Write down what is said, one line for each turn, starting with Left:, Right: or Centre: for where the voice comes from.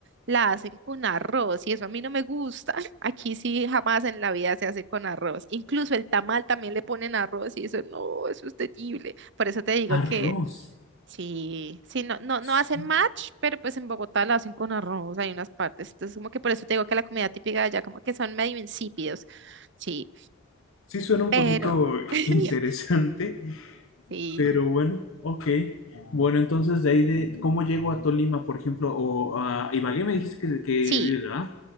Right: la hacen con arroz y eso a mí no me gusta. <laughs> Aquí sí jamás en la vida se hace con arroz. Incluso el tamal también le ponen arroz y eso no, eso es terrible. Por eso te digo
Left: Arroz.
Right: que sí, sí, no, no,
Left: S-
Right: no hacen match, pero pues en Bogotá la hacen con arroz, hay unas partes. Entonces como que por eso te digo que la comida típica de allá como que son medio insípidos. Sí,
Left: Sí suena un
Right: pero
Left: poquito <laughs>
Right: <laughs>
Left: interesante,
Right: sí,
Left: pero bueno, ok. Bueno, entonces de ahí de, ¿cómo llego a Tolima, por ejemplo? O a Ibagué me dijiste que, que vives,
Right: sí,
Left: ¿verdad?